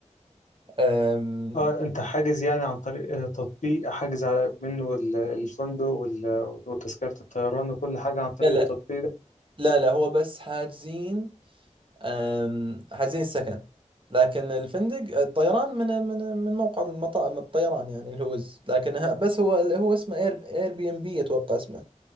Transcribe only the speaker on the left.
اه انت حاجز يعني عن طريق آه، تطبيق حاجز ع- منه ال- الفندق وال- وتذكرة الطيران وكل حاجة عن طريق
التطبيق ده